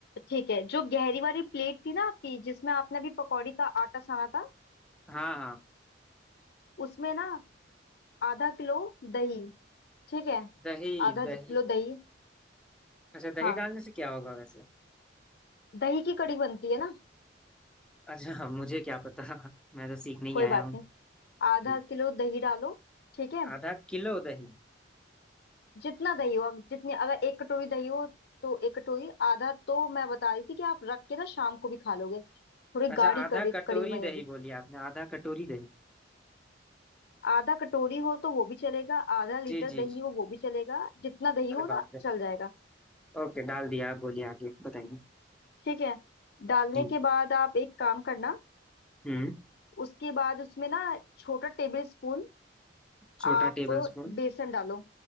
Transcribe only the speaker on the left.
ठीक है जो गहरी वाली प्लेट थी ना आपकी जिसमें आपने अभी पकौड़ी का आटा साना था
उसमें ना आधा किलो दही ठीक है
आधा
किलो दही
हाँ
दही की कड़ी बनती है ना
कोई
बात
नहीं आधा
किलो दही डालो ठीक है
जितना दही हो अब जितनी अगर एक कटोरी दही हो तो एक कटोरी आधा तो मैं बता रही थी कि आप रख के ना शाम को भी खा लोगे थोड़ी
गाढ़ी
करी
कड़ी बनेगी
आधा कटोरी हो तो वो भी चलेगा आधा लीटर
दही
हो वो भी चलेगा जितना दही
हो ना
चल जाएगा
ठीक है डालने
के बाद आप एक काम करना
उसके बाद उसमें ना छोटा टेबल स्पून
आप
बेसन डालो